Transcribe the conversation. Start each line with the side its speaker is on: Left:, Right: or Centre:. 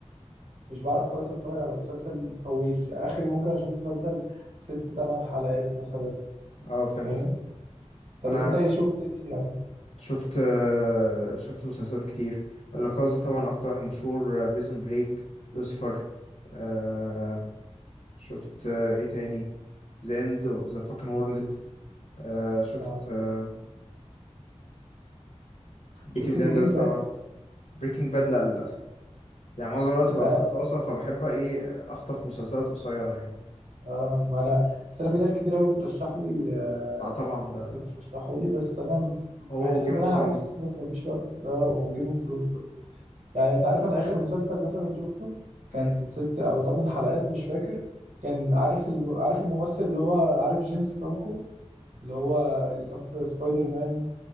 Right: مش بعرف خالص اتفرج على مسلسل طويل يعني اخري ممكن اشوف مسلسل ست تمن حلقات مثلا
Left: اه فهمت
Right: فاهم طب
Left: انا
Right: انت ايه شفت ايه يعني
Left: شفت آه، شفت مسلسلات كتير لاكاز طبعا اكتر واحد مشهور بريزون بريك لوسيفر آه شفت آه، ايه تاني ذا اند اوف ذا فاكن وورلد آه شفت
Right: آه.
Left: آه بيكي
Right: شفت
Left: بليندرز
Right: بريكنج
Left: طبعا
Right: باد
Left: بريكنج باد لا للأسف يعني معظم الوقت
Right: ده
Left: بقى في دراسة فبحب ايه اخطف مسلسلات قصيرة يعني
Right: اه ما انا بس انا في ناس كتير قوي بترشح لي آه،
Left: اه طبعا ده
Right: بترشحه لي بس انا
Left: هو
Right: بحس
Left: وجيم
Right: ان
Left: اوف
Right: انا
Left: ثرونز
Right: عايز اشوفه بس مفيش وقت اه وجيم اوف ثرونز برضه يعني انت عارف انا اخر مسلسل مثلا شفته كان
Left: اه
Right: ست او ثمان حلقات مش فاكر كان عارف الم... عارف الممثل اللي هو عارف جيمس فرانكو اللي هو اللي كان في سبايدر مان